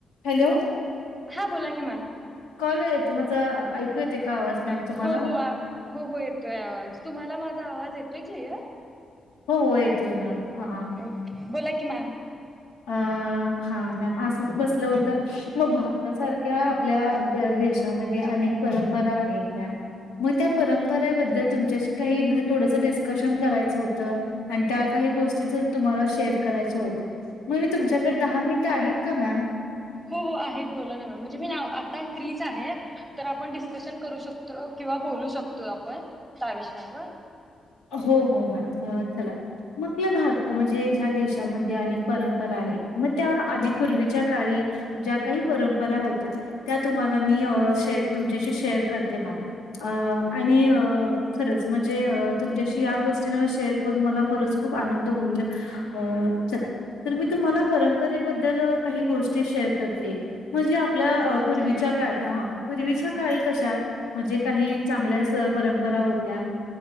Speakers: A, on the left (about 85°); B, in the centre.
A: Hello
B: हा बोला की मॅम,
A: कॉल येत माझा ऐकू येते का आवाज मॅम तुम्हाला
B: हो हो आवा हो हो येतोय आवाज तुम्हाला मा आवाज येतोय क्लिअर?
A: हो हो येतोय मॅम हा
B: ओके, बोला कि मॅम
A: अ हा असंच बसलं होतं, मग भारतासारख्या आपल्या दे देशामध्ये अनेक परंपरा रा आहेत मॅम मग त्या परंपरेबद्दल तुमच्याशी काही थोडंस डिस्कशन करायचं होतं, आणि त्या काही गोष्टी तुम्हाला शेअर करायच्या होत्या. मग मी तुमच्याकडे दहा मिनिटं आहेत का मॅम?
B: हो हो आहेत बोला ना मॅम म्हणजे मी आ आता फ्रीच आहे, तर आपण डिस्कशन करू शकतो किंवा बोलू शकतोय आपण त्या विषयावर
A: हो हो मॅम म चला म्हंटल भारता म्हणजे ह्या देशामध् अनेक परंपरा आहेत. मग त्या आधी पूर्वीच्या काळी, ज्या काही परंपरा होत्या त्या तुम्हाला मी ते तुमच्याशी शेअर करते मॅम, अ आणि अ खरंच म्हणजे अ तुमच्याशी या गोष्टींवर शेअर करून मला खरंच खुप आनंद होईल अ, चला तर मी तुम्हाला परंपरेबद्ल काही गोष्टी शे र करते, म्हणजे आपल्या
B: हो
A: अ पूर्वीच्या
B: चालेल
A: काळी अ हा पूर्वीच्या काळी कशा म्हणजे काही चांगल्या स परंपरा होत्या